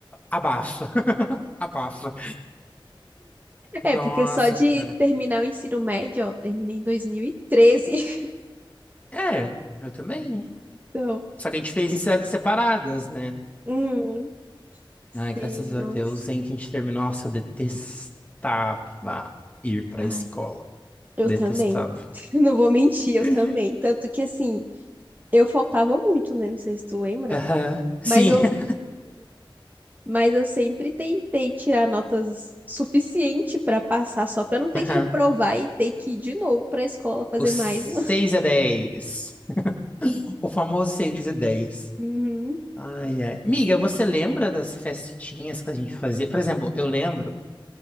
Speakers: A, on the left; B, on the right.
A: Abafa, <laughs> abafa. Nossa,
B: É, porque só de
A: cara.
B: terminar o ensino médio, ó, terminei em 2013. <laughs>
A: É, eu também.
B: Então,
A: Só que a gente fez em cidades separadas, né?
B: hum, sim,
A: Ai, graças a
B: nossa.
A: Deus, hein, que a gente terminou. Nossa, eu detestava ir pra
B: Ai.
A: escola.
B: Eu
A: Detestava.
B: também. <laughs> Não vou mentir, eu
A: <laughs>
B: também. Tanto que assim, eu faltava muito, né? Não sei se tu lembra,
A: Aham. Sim.
B: mas eu,
A: <laughs>
B: mas eu sempre tentei tirar notas suficiente para passar, só para não ter
A: Aham.
B: que reprovar e ter que ir de novo para a escola fazer
A: O 6
B: mais uma. <laughs>
A: a 10. O famoso 6 a dez
B: Uhum,
A: Ai, ai. Miga, você lembra das festinhas que a gente fazia? Por exemplo, eu lembro